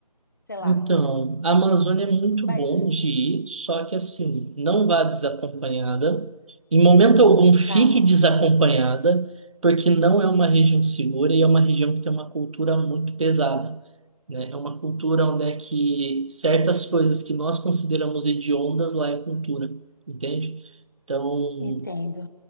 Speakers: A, on the left (about 30°); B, on the right (about 50°).
A: sei lá.
B: Então, a Amazônia é muito
A: Mas
B: bom de ir, só que assim, não vá desacompanhada. Em momento algum, fique
A: tá,
B: desacompanhada, porque não é uma região segura e é uma região que tem uma cultura muito pesada, né? É uma cultura onde é que certas coisas que nós consideramos hediondas lá é cultura, entende? Então,
A: entendo.